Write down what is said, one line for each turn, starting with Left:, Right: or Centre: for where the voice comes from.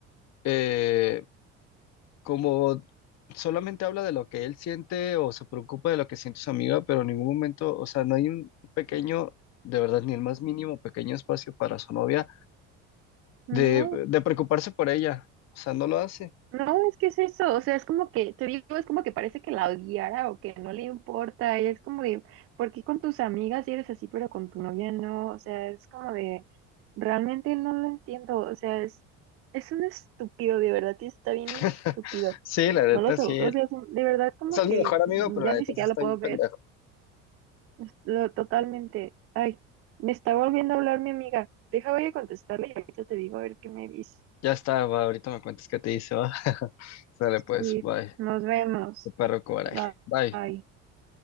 Left: eh, como solamente habla de lo que él siente o se preocupa de lo que siente su amiga, pero en ningún momento, o sea, no hay un pequeño, de verdad, ni el más mínimo pequeño espacio para su novia
Right: No,
Left: de, de preocuparse por ella. O sea, no lo hace.
Right: no, es que es eso, o sea, es como que, te digo, es como que parece que la odiara o que no le importa, y es como de, ¿por qué con tus amigas sí eres así, pero con tu novia no? O sea, es como de, realmente no lo entiendo, o sea, es, es un estúpido, de verdad, y está bien
Left: <laughs>
Right: estúpido,
Left: Sí, la neta,
Right: no lo sé,
Left: sí.
Right: o
Left: él-
Right: sea, es un- de verdad, como
Left: O sea,
Right: que
Left: es mi mejor amigo, pero
Right: ya
Left: la
Right: ni
Left: neta
Right: siquiera
Left: sí está
Right: lo puedo
Left: bien
Right: ver,
Left: pendejo.
Right: es lo- totalmente, ay, me está volviendo a hablar mi amiga, deja, voy a contestarle y ahorita te digo a ver qué me dice.
Left: Ya está, va, ahorita me cuentas qué te dice, va. <laughs> Sale pues,
Right: Sí,
Left: bye.
Right: nos vemos.
Left: Qué perro coraje.
Right: Bye.
Left: Bye.